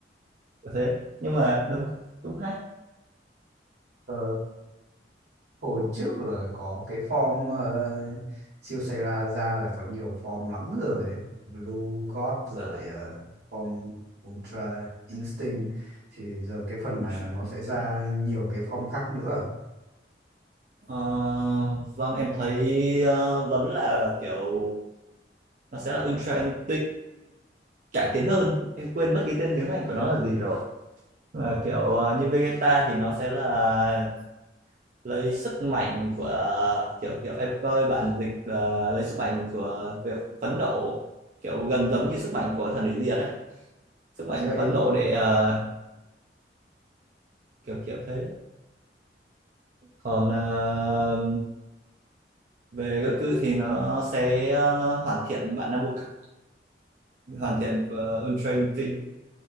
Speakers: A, on the right (about 45°); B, on the right (about 75°).
A: Kiểu thế nhưng mà đúng đúng hay
B: Ờ, hồi trước là có cái form ờ, siêu xe ra ra là có nhiều form lắm rồi Blue God
A: Dạ,
B: rồi ờ, form Ultra Instinct thì giờ cái phần
A: interesting.
B: này là nó sẽ ra nhiều cái form khác nữa
A: Ờ, vâng em thấy ờ, vẫn là kiểu nó sẽ là Ultra Anh cải tiến hơn em quên mất cái tên tiếng Anh của nó là gì rồi mà kiểu ờ, như Vegeta thì nó sẽ là lấy sức mạnh của kiểu kiểu em coi bản dịch là lấy sức mạnh của việc phẫn nộ kiểu gần giống như sức mạnh của thần hủy diệt đấy sức mạnh
B: Ultra Ego
A: phẫn nộ để ờ, kiểu kiểu thế còn ờ, về Goku thì nó sẽ ờ, hoàn thiện bản năng vô cực hoàn thiện của Ultra Instinct